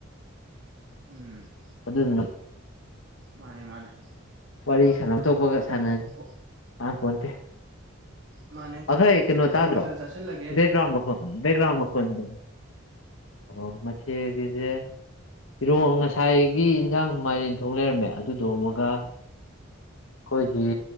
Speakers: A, on the right; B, on the left.
A: ꯎꯝ
B: ꯑꯗꯨꯗ
A: ꯃꯥꯅꯦ ꯃꯥꯅꯦ
B: ꯋꯥꯔꯤ ꯁꯥꯟꯐꯝ ꯊꯣꯛꯄꯒ ꯁꯥꯟꯅꯅꯤ
A: ꯑꯣ
B: ꯀꯥꯟ ꯄꯣꯟꯇꯦ
A: ꯃꯥꯅꯦ
B: ꯑꯩꯈꯣꯏ ꯀꯩꯅꯣ
A: ꯀꯩ
B: ꯇꯥꯗ꯭ꯔꯣ
A: ꯃꯊꯦꯜ ꯆꯥꯁꯤꯜꯂꯒꯦ
B: ꯕꯦꯛꯒ꯭ꯔꯥꯎꯟ ꯃꯈꯣꯟ ꯕꯦꯛꯒ꯭ꯔꯥꯎꯟ ꯃꯈꯣꯟꯗꯣ ꯑꯣ ꯃꯊꯦꯜꯒꯤꯖꯦ ꯏꯔꯣ ꯉꯁꯥꯏꯒꯤ ꯌꯦꯟꯖꯥꯡ ꯃꯥꯏꯔꯦꯟꯊꯣꯡ ꯂꯩꯔꯝꯃꯦ ꯑꯗꯨꯗꯣ ꯑꯃꯨꯒ ꯑꯩꯈꯣꯏꯒꯤ